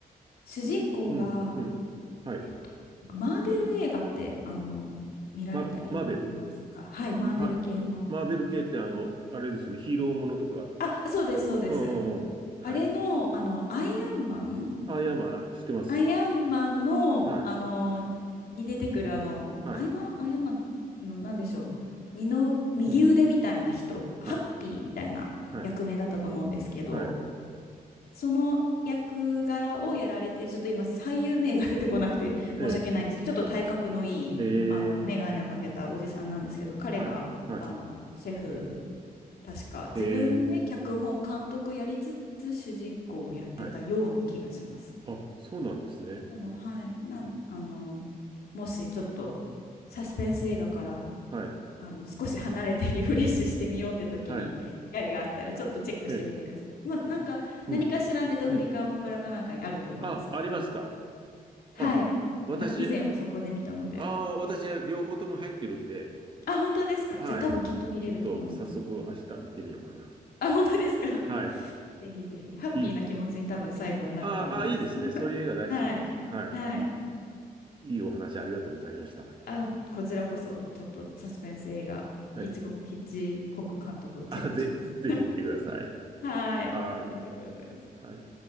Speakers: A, on the left (about 80°); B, on the right (about 30°).
A: 主人公が、
B: す。うん、うん。はい。
A: えっとマーベル映画ってあの見られたりしますかはい、
B: ま、マーベル
A: マーベル系の。
B: はい。マーベル系って、あの、あれですよね。ヒーローものとかが。
A: あ、そうです、そうです。
B: うんうんうんうん。はい。
A: あれの、あの、アイアンマン
B: あ、いや、まあ、してます。
A: アイアンマンの、
B: は
A: あの、に出てくる、あの、
B: い。はい。
A: アイマン、アイアンマンの、なんでしょう、二の右腕みたいな人、
B: うん。
A: ハッピーみたいな役名だったと思うんですけど、
B: はい。はい。はい。
A: その役柄をやられている、ちょっと今、俳優名が出てこなくて申し訳ないんですけど、
B: え
A: ちょっと体格のいい、
B: え、え
A: あの、眼鏡をかけたおじさんなんですけど、
B: え、
A: 彼が、
B: はい。はい。
A: あの、シェフ、確か、自分で脚本、
B: ええ、
A: 監督やりつつ、主人公をやってたような気がします。
B: はい。あ、そうなんですね。
A: でも、はい、なん、あの、もしちょっと、サスペンス映画から
B: はい。
A: あの少し離れてリフレッシュしてみようって時に機会があったらちょっとチェックしてみてください。
B: はい。ええ、
A: まあ、なんか何かしらネットフリかアマプラかなんかにあると思います。
B: うん。うん。あ、ありますか
A: この、はい。
B: あ、私、
A: まあ、以前はそこで見たので。
B: ああ、私は両方とも入ってるんで、
A: あ、本当ですか。
B: はい。
A: じゃあ多分きっと見れると思います。
B: ちょっと早速明日見てみようかな。
A: <laughs> あ、本当ですか。<laughs>
B: はい。
A: ぜひぜひ。ハッピーな気持ちに多分最後はなると思います。
B: いい、ああいいですね。
A: <laughs>
B: そういう映画大好きです。
A: はい。
B: はい。
A: はい。
B: いいお話ありがとうございました。
A: あ、こちらこそちょっとサスペンス映画ヒッチコック、
B: はい。
A: ヒッチコック監督チェックします。
B: あ、ぜ、ぜひ見てください。
A: はい。
B: はい。
A: ありがとうございます。
B: はい。